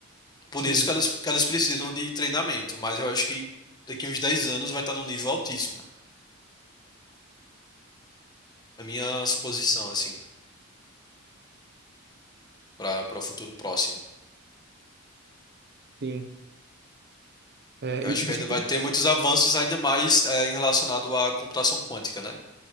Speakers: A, on the left (about 20°); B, on the right (about 50°).
A: Por
B: Sim,
A: isso que elas, que elas precisam de treinamento, mas eu acho que daqui uns 10 anos vai estar num nível altíssimo. A minha suposição, assim, para para o futuro próximo.
B: sim. É,
A: Eu
B: e
A: acho
B: e você,
A: que ainda vai ter muitos avanços, ainda mais eh, em relacionado à computação quântica, né?